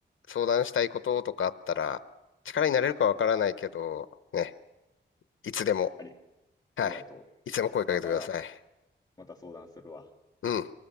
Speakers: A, on the left; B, on the left.
A: 相談したいこととかあったら、力になれるかわからないけど、ね、いつでも、
B: あり、
A: はい。
B: ありがと
A: いつでも声かけてください。
B: う。また、また相談するわ。
A: うん。